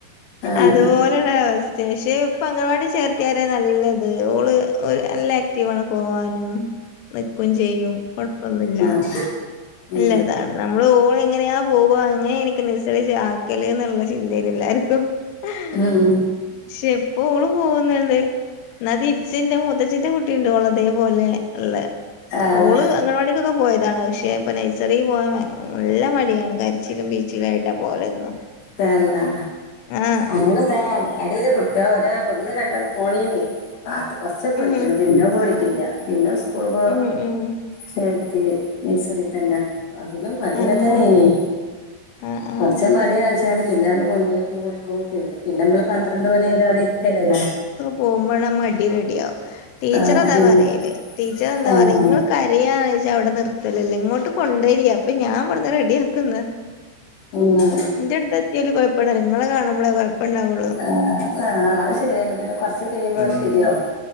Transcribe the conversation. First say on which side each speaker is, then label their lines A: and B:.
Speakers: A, on the left; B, on the left.
A: ആഹ്
B: അതുപോലെ അവസ്ഥ പക്ഷെ അംഗൻവാടി ചേർത്തിയ നല്ലത് ഓള് അല്ല ആക്റ്റീവ്ആണ് പോവാനും നിക്കും ചെയ്യും കുഴപ്പൊന്നുമില്ല
A: ആഹ് ഉം
B: നല്ലതാണ് നമ്മള് ഓള എങ്ങനെയാ പോവ അങ്ങനെ എനിക്ക് നിസ്സരിച്ച് ആക്കല് എന്നുള്ള ചിന്തൽ എല്ലാർക്കും ഉഹ്
A: ആഹ
B: പക്ഷെ ഇപ്പൊ ഓള് പോകുന്നണ്ട് ഇന്നാ തിര്ച്ച് ഇന്റെ മൂത്തച്ചിൻ്റെ കുട്ടി ഇണ്ട് ഓളെ അതേപോലെ ഇള്ള
A: ആഹ്
B: ഓള് അംഗൻവാടീക്കൊക്കെ പോയതാണ്. പക്ഷെ ഇപ്പൊ നൈസറിൽ പോകാൻ നല്ല മടി ആണ് കാര്യത്തി ച്ചിലും പ്പീച്ചിലും ആയിട്ടാ പോവലെന്നും
A: തന്നെ
B: ആഹ്
A: അങ്ങനെതാ അടിലുക്കെ ഇത വത ഇബടന്ന് രണ്ടാളും പോയിനി ആ അത് കൊറ്ച്ചു പോയിട്ടൊള്ളു
B: ഉം
A: പിന്നെ പോയിട്ടില്ല പിന്നെ സ്കൂള്പ
B: ഉം ഉം
A: ചേർത്തി നഴ്സറി തന്നെ അതിനും മടി
B: ആഹ്
A: ഒക്കെത്തേനി
B: ആഹ് ആഹ്
A: കൊറ്ച്ച്. മടിയ. പിന്നെ അങ് കൊണ്ടയാക്കി കൊട്ക്കും. പിന്നെ നമ്മള് പന്ത്രണ്ട് മണിവ രെ അവിടെ ഇര്ത്തന്നെല്ലേ
B: പോകുമ്പെള്ള മടി റെഡിയാവും. ടീച്ചർ
A: ആഹ്
B: അതാ
A: പിന്നെ
B: പറയല് ടീച്ചർ എന്താ
A: ആഹ്
B: പറ്യ ഇങ്ങള്. കരയാന്ന്ച്ചാ അവിടെ നിർത്തലല്ലെ. ഇങ്ങോട്ട് കൊണ്ടെരി. അപ്പൊ ഞാൻ ഇവിട്ന്ന് റെഡിയാക്കുന്ന
A: ഇന്നെ
B: ഇന്റെ എട്ത്ത് എത്തിയാല് കൊഴപ്പണ്ടാ വുല ഇങ്ങളെ കാണുമ്പള കാഴപ്പ ഇണ്ടാവോ
A: ആ അത് ശരിയാണ് പിന്നെ കൊറ്ച്ച് കഴിയുമ്പോ
B: ഉം
A: അത് ശെരിയാവും